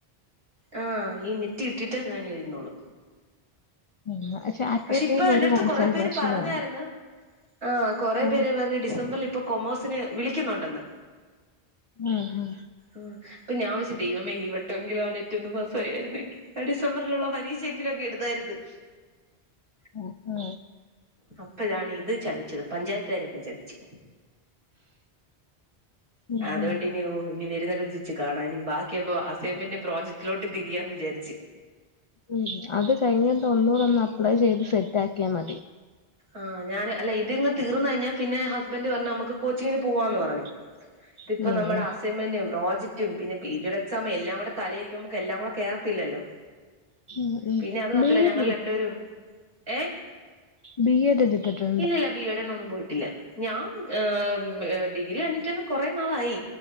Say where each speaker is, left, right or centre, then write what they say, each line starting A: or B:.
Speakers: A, on the right; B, on the left.
A: ആ ഈ നെറ്റ് കിട്ടിയിട്ടേ ഞാനെഴുതുന്നുള്ളൂ
B: ഉം അറ്റ്
A: പക്ഷെ
B: എ
A: ഇപ്പൊ
B: ടൈം
A: എന്റെ
B: ഒരു
A: അടുത്ത്
B: കോൺസെൻട്രേഷനേ
A: കൊറെ പേര് പറഞ്ഞായിരുന്ന്
B: ഉള്ളൂ
A: ആഹ് കൊറെ
B: ഉം
A: പേര് പറഞ്ഞ് ഡിസംബറിൽ ഇപ്പൊ കൊമോസിന് വിളിക്കുന്നുണ്ടെന്ന്
B: ആഹ് ആഹ്
A: ആഹ് അപ്പ ഞാൻ വിചാരിച്ച് ദൈവമേ ഈ വട്ടമെങ്കിലും ആ നെറ്റൊന്ന് പാസായായിരുന്നെങ്കി ആ ഡിസംബറിലുള്ള പരീക്ഷ ക്ഷ യെങ്കിലും അങ്ങ് എഴുതായിരുന്ന്
B: ഉ ഉം
A: ഇപ്പഴാണ് ഇത് ചതിച്ചത് പഞ്ചായത്ത് കാര് എന്നെ ചതിച്ച്
B: ഉം
A: അതോണ്ടിനി
B: ഉം
A: ഓ ഇനി വരുന്നത് വച്ച് കാണാ ഇനി ബാക്കി അപ്പോ അസൈൻമെന്റും പ്രജക്റ്റിലോട്ടും തിരിയാം എന്ന് വിചാരിച്ച്
B: ഉം അത് കഴിഞ്ഞിട്ട് ഒന്നുകൂടെ ഒന്ന് അപ്ലൈ ചെയ്ത് സെറ്റ് ആക്കിയാൽ മതി
A: ആഹ് ഞാന് അല്ല ഇത് ഇങ്ങ് തീർന്ന് കഴിഞ്ഞാ പിന്നെ ഹസ്ബൻന്റ് പർഞ്ഞ് നമക്ക് കോച്ചിങ്ങിന് പോവാന്ന് പറഞ്ഞ്
B: <inaudible>
A: ഇതിപ്പ നമ്മടെ
B: ഉം
A: അസൈൻമെന്റും പ്രോജ റ്റും പിന്നെ പി ജിഡ് എക്സമേ എല്ലാം കൂടെ തലെയിരിക്കുമ്മക്ക് എല്ലാം കൂടെ കേറാത്തില്ലല്ലോ
B: ഉം ഉം
A: പിന്നെ അത് മാത്രല്ല
B: ബി എഡ്
A: ഞങ്ങൾ രണ്ടെരും ഏഹ്
B: ബിഎഡ് എടുത്തിട്ടോ
A: ഇല്ലില്ല ബി എഡ്ന് ഒന്നും പോയിട്ടില്ല ഞാ ഏഹ് ഡിഗ്രി കഴിഞ്ഞിട്ട് തന്നെ കൊറെ നാളായി